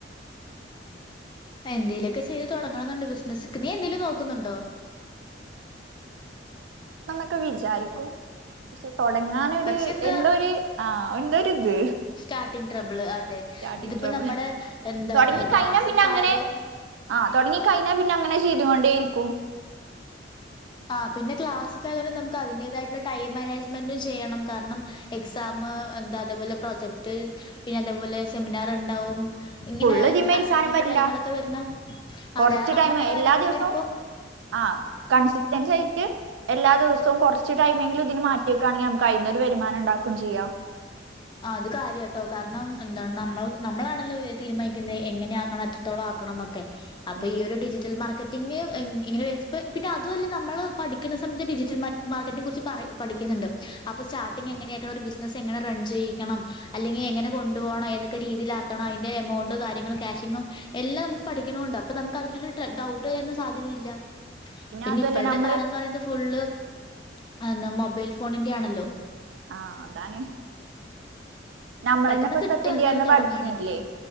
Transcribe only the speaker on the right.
ക്കെ വിചാരിക്കും. പക്ഷെ തുടങ്ങൻ ഒരു
എന്തോ ഒരു ആ എന്തോ ഇത്
സ്റ്റാർട്ടിംഗ്ട്രേബ്ള്
തൊടങ്ങി
കയ്ഞ്ഞാപിന്നെ അങ്ങനെ
ആ തൊടങ്ങി കഴിഞ്ഞാ പിന്നെ അങ്ങനെ ചെയ്തൊണ്ടേയിരിക്കും.
ഫുള്ള് ഇതിമേ ഇരിക്കാനും
പറ്റില്ല
കുറച്ച്
ടൈം
എല്ലാ ദിവസവും
ആ കൺസറ്റേ സീരിയസായിട്ട് എല്ലാ ദിവസവും കുറച്ച് ടൈമെങ്കിലും ഇതിന് മാറ്റി വെക്കാണങ്കിഞമ്മക്ക് അയിന് വരുമാനം ഉണ്ടാക്കും ചെയ്യാം.
ഉം
അതുവല്ല
നമ്മള്
ആ അതാണ് നമ്മളന്നെ
ഇപ്പൊ
സെക്കൻഡ്
ഇയറിന്പഠിച്ചിന്നില്ലേ?